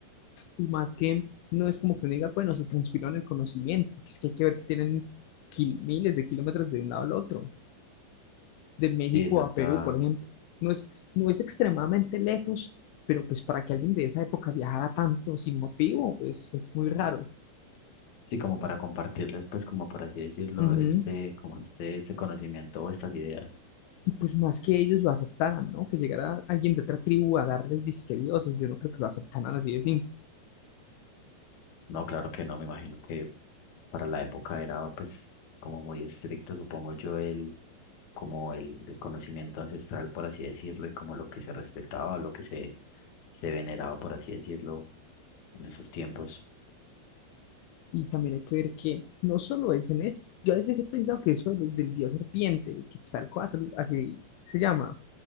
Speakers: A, on the left; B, on the left.
A: Y más que no es como que uno diga, bueno, se transfirieron el conocimiento, porque es que hay que ver que tienen kil- miles de kilómetros de un lado al otro, de México
B: Sí, de cierta,
A: a Perú, por ejemplo. No es, no es extremadamente lejos, pero pues para que alguien de esa época viajara tanto sin motivo, pues es muy raro.
B: sí, como para compartirles pues como por así decirlo,
A: Ujú.
B: este, como este, este conocimiento o estas ideas.
A: Y pues más que ellos lo aceptaran, ¿no? Que llegara alguien de otra tribu a darles disque dioses, yo no creo que lo aceptaran así de simple.
B: No, claro que no, me imagino que para la época era pues como muy estricto, supongo yo, el, como el, el conocimiento ancestral, por así decirlo, y como lo que se respetaba, lo que se, se veneraba, por así decirlo, en esos tiempos.
A: Y también hay que ver que no solo es en él, yo a veces he pensado que eso del, del dios serpiente, el Quetzalcóatl, así se llama,